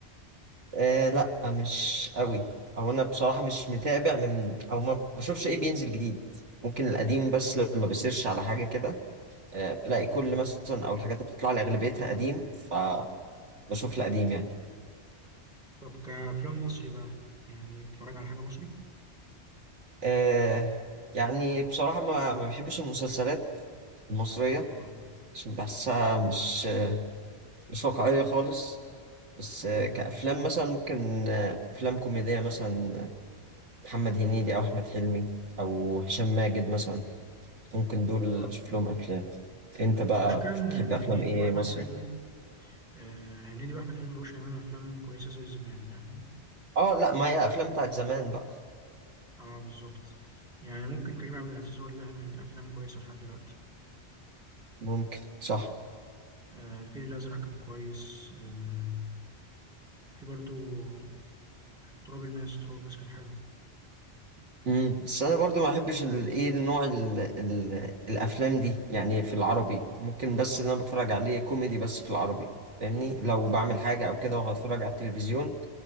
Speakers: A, on the right; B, in the centre.
A: آه لا مش قوي او انا بصراحه مش متابع من او ما بشوفش ايه بينزل جديد ممكن القديم بس لما بسيرش على حاجه كده آه بلاقي
B: آه.
A: كل مثلا او الحاجات اللي بتطلع لي اغلبيتها قديم فبشوف القديم يعني
B: طب كأفلام مصري بقى يعني بتتفرج على حاجة مصري؟
A: آه يعني بصراحه ما ما بحبش المسلسلات المصريه
B: اه
A: عشان
B: اه
A: بحسها مش مش واقعيه خالص بس آه،
B: آه،
A: كأفلام
B: بالظبط
A: مثلا ممكن آه، أفلام كوميدية مثلا محمد هنيدي او احمد حلمي او هشام ماجد مثلا ممكن دول
B: اه
A: اشوف لهم افلام انت بقى
B: المشكلة إن
A: بتحب
B: إن
A: افلام
B: هنيدي
A: ايه
B: وأحمد
A: مصري
B: حلمي آه هنيدي وأحمد حلمي مبقوش يعملوا أفلام كويسة زي زمان يعني
A: اه لا ما هي الافلام بتاعت زمان بقى
B: اه بالظبط يعني ممكن كريم عبد العزيز هو اللي بيعمل افلام كويسه لحد دلوقتي
A: ممكن صح
B: آه الفيل الازرق كان كويس آه في برضو تراب الماس تراب الماس كان حلو
A: امم بس انا برضو ما احبش الايه النوع ال ال الافلام دي يعني في العربي ممكن بس اللي انا بتفرج عليه كوميدي بس في العربي فاهمني لو
B: اه
A: بعمل حاجه او كده وهتفرج على التلفزيون